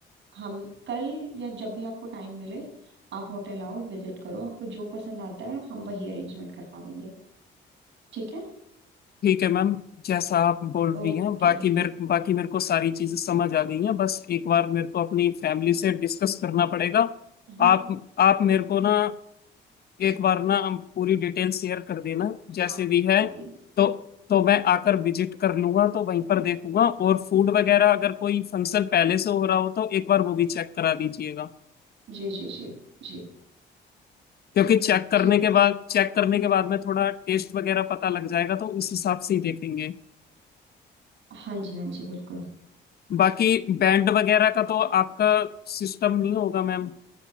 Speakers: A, on the right; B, on the left.
A: हम कल या जब भी आपको टाइम मिले आप होटल आओ विजिट करो आपको जो पसंद आता है हम वही अरेंजमेंट करवा देंगे ठीक है
B: ठीक है मैम जैसा आप बोल
A: ओके
B: रही हैं बाकी मेरे बाकी मेरे को सारी चीजें समझ आ गई हैं बस एक बार मेरे को अपनी फैमिली से डिस्कस करना पड़ेगा
A: हम्म
B: आप आप मेरे को ना एक बार ना हम पूरी डिटेल शेयर कर देना
A: हाँ
B: जैसे
A: हाँ
B: भी है
A: मैं अभी
B: तो तो मैं आकर विजिट कर लूंगा तो वहीं पर देखूंगा और फूड वगैरह अगर कोई फंक्शन पहले से हो रहा हो तो एक बार वो भी चेक करा दीजिएगा
A: जी जी जी जी
B: क्योंकि चेक करने
A: ठीक है
B: के
A: सर
B: बाद चेक करने के बाद में थोड़ा टेस्ट वगैरह पता लग जाएगा तो उस हिसाब से ही देखेंगे
A: हाँ जी हाँ जी बिल्कुल
B: बाकी बैंड वगैरह का तो आपका सिस्टम नहीं होगा मैम